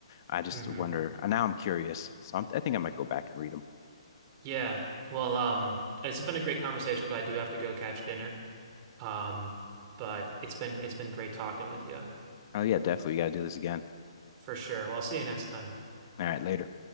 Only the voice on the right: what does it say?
hmm
yeah well um it's been a great conversation but I do have to go catch dinner Um, but it's been it's been great talking with you
for sure. Well, I'll see you next time.